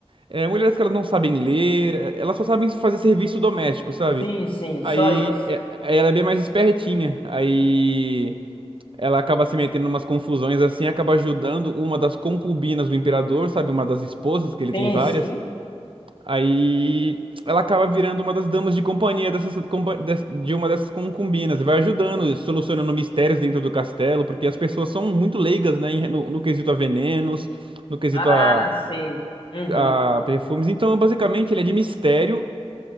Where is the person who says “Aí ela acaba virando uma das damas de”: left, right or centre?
Right